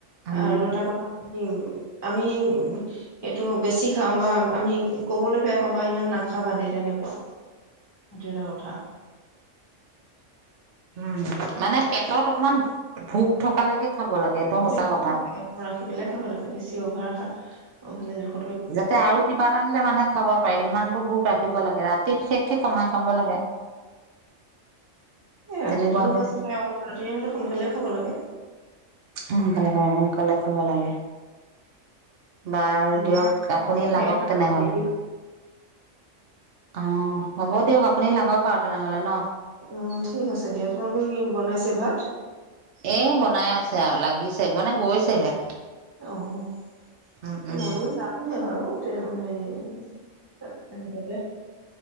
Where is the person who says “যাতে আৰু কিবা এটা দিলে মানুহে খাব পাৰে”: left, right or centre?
Right